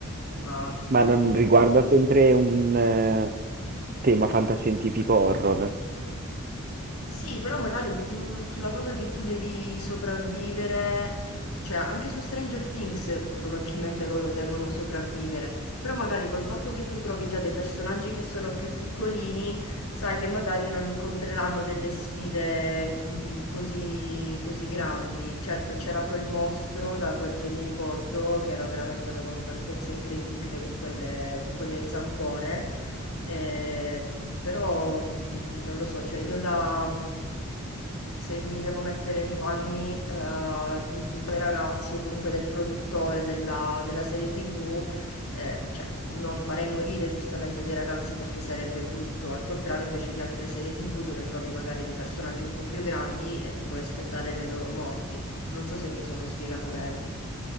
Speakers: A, on the left; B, on the right.
A: ma
B: Ma
A: io
B: non
A: con...
B: riguarda sempre un eh, tema fantascientifico horror.
A: Sì, però magari è più sulla cosa che tu devi sopravvivere, cioè anche su Stranger Things eh, probabilmente loro devono sopravvivere, però magari col fatto che tu trovi già dei personaggi che sono più piccolini, sai che magari non incontreranno delle sfide, mhmm, così così grandi. Certo, c'era quel mostro, da quel che mi ricordo, che era veramente aveva un'altezza incredibile con quelle con quelle zampone, ehm, però, mhmm, non lo so, cioè io da mhmm, se mi devo mettere nei panni, uhm, di di quei ragazzi o comunque del produttore della della serie TV, eh, cioè, non farei morire giustamente dei ragazzi perché sarebbe brutto, al contrario invece di altre serie TV dove trovi magari dei personaggi un po' più grandi e ti puoi aspettare le loro morti. Non so se mi sono spiegata bene.